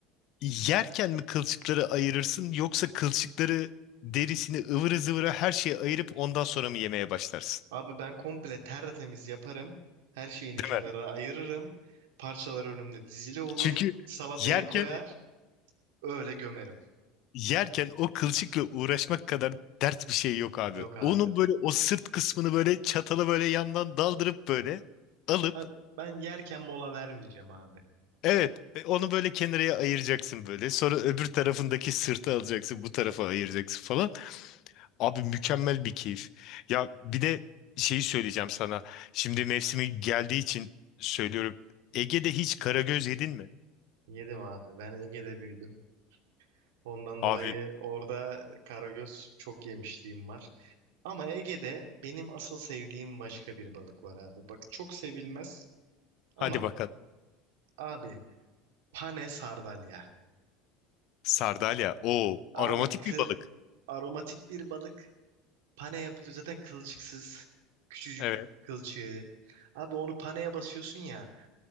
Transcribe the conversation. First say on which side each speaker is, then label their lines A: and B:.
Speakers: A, on the left (about 55°); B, on the right (about 75°).
A: yerken mi kılçıkları ayırırsın yoksa kılçıkları derisini ıvırı zıvırı her şeyi ayırıp ondan sonra mı yemeye başlarsın?
B: Abi ben komple tertemiz yaparım. Her şeyini
A: Değil
B: kenara
A: mi?
B: ayırırım. Parçalar önümde dizili olur.
A: Çünkü Tamam
B: Salatayı koyar.
A: yerken
B: Öyle gömerim.
A: yerken o kılçıkla uğraşmak kadar dert bir şey yok abi.
B: Yok abi.
A: Onun böyle o sırt kısmını böyle çatalı böyle yandan daldırıp böyle alıp
B: A- Ben yerken mola vermeyeceğim abi.
A: evet e, onu böyle kenarıya ayıracaksın böyle. Sonra öbür tarafındaki sırtı alacaksın bu tarafa ayıracaksın falan. Abi mükemmel bir keyif. Ya bir de şeyi söyleyeceğim sana. Şimdi mevsimi geldiği için söylüyorum. Ege'de hiç karagöz yedin mi?
B: Yedim abi. Ben Ege'de büyüdüm. Ondan dolayı
A: Abi
B: orada karagöz çok yemişliğim var. Ama Ege'de benim asıl sevdiğim başka bir balık var abi. Bak çok sevilmez ama
A: hadi bakalım.
B: Abi pane sardalya.
A: Sardalya. O
B: Abi
A: aromatik
B: kı
A: bir balık.
B: aromatik bir balık. Pane yapılıyor zaten kılçıksız. Küçücük
A: Evet.
B: kılçığı. Abi onu paneye basıyorsun ya.